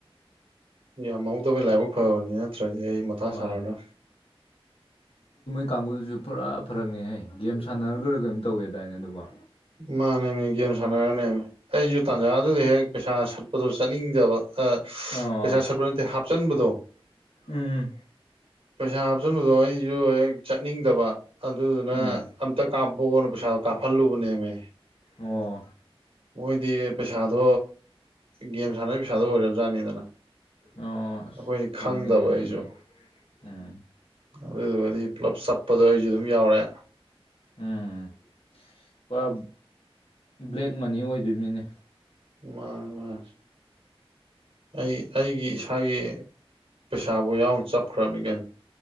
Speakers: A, on the right; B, on the left.
A: ꯌꯥꯝꯍꯧꯗꯕ ꯂꯥꯏꯕꯛ ꯐꯕꯅꯤ ꯅꯠꯇ꯭ꯔꯗꯤ ꯑꯩ ꯃꯊꯥ
B: ꯍꯣꯏ
A: ꯁꯥꯔꯗꯝ
B: ꯀꯥꯡꯒꯨꯗꯨꯁꯨ ꯄꯨꯔꯥ ꯐꯔꯛꯅꯤꯍꯩ ꯒꯦꯝ ꯁꯥꯟꯅꯔꯨꯕꯩꯔꯥ ꯀꯩꯅꯣꯝ ꯇꯧꯋꯦꯗꯥꯏꯅ ꯑꯗꯨꯕꯣ
A: ꯃꯥꯅꯦꯃꯤ ꯒꯦꯝ ꯁꯥꯟꯅꯔꯅꯦꯃꯤ ꯑꯩꯁꯨ ꯇꯥꯟꯖꯥꯗꯨꯗ ꯍꯦꯛ ꯄꯩꯁꯥ ꯁꯠꯄꯗꯣ ꯆꯠꯅꯤꯡꯗꯕ
B: ꯑꯣ
A: ꯄꯩꯁꯥ ꯁꯠꯄ ꯅꯠꯇꯦ ꯍꯥꯞꯆꯟꯕꯗꯣ
B: ꯎꯝ
A: ꯄꯩꯁꯥ ꯍꯥꯞꯆꯟꯕꯗꯣ ꯑꯩꯁꯨ ꯍꯦꯛ ꯆꯠꯅꯤꯡꯗꯕ ꯑꯗꯨꯗꯨꯅ
B: ꯎꯝ
A: ꯑꯝꯇ ꯀꯥꯞꯄꯛꯑꯣꯅ ꯄꯩꯁꯥꯗꯣ ꯀꯥꯞꯍꯜꯂꯨꯕꯅꯦꯃꯤ
B: ꯑꯣ
A: ꯃꯣꯏꯗꯤ ꯄꯩꯁꯥꯗꯣ ꯒꯦꯝ ꯁꯥꯟꯅꯕꯩ ꯄꯩꯁꯥꯗꯣ ꯑꯣꯏꯔꯕꯖꯥꯠꯅꯤꯗꯅ
B: ꯑꯣ ꯑꯁ
A: ꯑꯩꯈꯣꯏꯗꯤ ꯈꯪꯗꯕ
B: ꯐꯔꯛꯅꯤꯅꯦ ꯑꯗꯨꯗꯤ
A: ꯑꯩꯁꯨ
B: ꯎꯝ
A: ꯑꯗꯨꯗꯨꯒꯗꯤ ꯄꯨꯂꯞ ꯆꯞꯄꯗꯣ ꯑꯩꯁꯨ ꯑꯗꯨꯝ ꯌꯥꯎꯔꯦ
B: ꯎꯝ ꯄꯨꯔꯥ ꯕ꯭ꯂꯦꯛ ꯃꯅꯤ ꯑꯣꯏꯗꯨꯝꯅꯤꯅꯦ
A: ꯃꯥꯅꯦ ꯃꯥꯅꯦ ꯑꯩ ꯑꯩꯒꯤ ꯏꯁꯥꯒꯤ ꯄꯩꯁꯥꯕꯨ ꯌꯥꯎꯅ ꯆꯞꯈ꯭ꯔꯕꯅꯤ ꯀꯩꯅꯣ